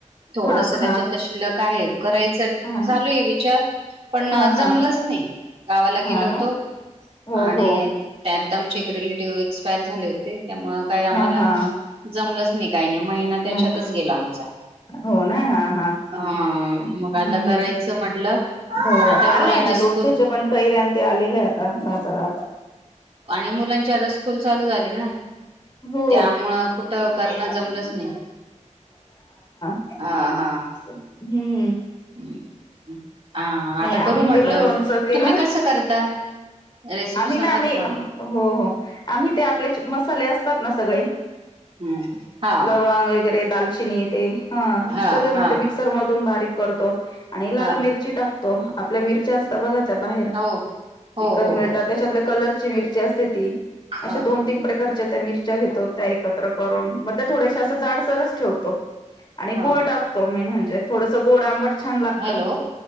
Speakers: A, on the right; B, on the left.
A: थोडसं
B: हा
A: त्याच्यातलं
B: हा
A: शिल्लक आहे करायचं
B: हा ना
A: चालूयं विचार. पण
B: हा हा
A: जमलच नाही. गावाला
B: हा
A: गेलो होतो.
B: ना हो
A: आणि
B: हो
A: त्यात आमचे एक रिलेटिव्ह एक्सपायर झाले होते. त्यामुळ काही आम्हाला
B: हा हा
A: जमलंच नाही, काही नाही महिना त्याच्यातच
B: नाही
A: गेला आमचा.
B: हो ना हा हा
A: हा
B: हम्म
A: मग आता करायचं म्हटलं. पण
B: हो
A: आता
B: आलाय
A: मुलांचे
B: ना लोणच्याच्या
A: स्कूल
B: पण कैऱ्या ते आलेलं आहे आता बाजारात.
A: आणि मुलांची आता स्कूल चालू झाली ना.
B: हो
A: त्यामुळं कुठं करणं जमलंच नाही.
B: हुं.
A: अ हा. हा.
B: नाही
A: आता
B: आम्ही
A: करू
B: केलं
A: म्हटलं.
B: लोणचं केलं
A: तुम्ही कसं करता? रेसिपी
B: आम्ही
A: सांगा
B: ना आम्ही
A: तर मला.
B: हो हो आम्ही ते आपले जे मसाले असतात ना सगळे -
A: हम्म हा
B: - लवंग वगैरे दालचिन -- ते ह
A: हा
B: सगळे
A: हा
B: म मिक्सर मधून बारीक करतो आणि लाल
A: हा
B: मिरची टाकतो. आपल्या मिरच्या असता बघा त्या बाहेर
A: हो हो
B: विकत
A: हो
B: मिळतात.
A: हो
B: त्यातल्या कलरची मिरची असते ती
A: हा
B: अशा दोन तीन प्रकारच्या -- त्या मिरच्या घेतो. त्या एकत्र करून मग त्या थोडेश्या अश्या जाडसरच ठेवतो. आणि
A: हा
B: गुळ टाकतो मेन म्हणजे थोडस गोड आंबट छान लागतं.
A: हॅलो